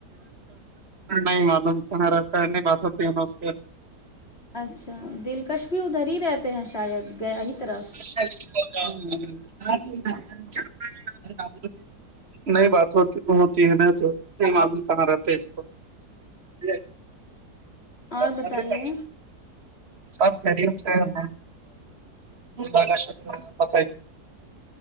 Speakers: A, on the right; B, on the left.
A: نہیں معلوم کہنا رہتا ہے نہیں بات ہوتی ان سے
B: اچھا دلکش بھی ادھر ہی رہتے ہیں شاید گیا ہی طرف
A: سچ <unintelligible> ذو <unintelligible> نئی بات ہو ہوتی ہے ن تو نہیں معلوم کہاں رہتے ہیں کو ج کم
B: اور بتائیے
A: <unintelligible> سب فری سےت ہی <unintelligible>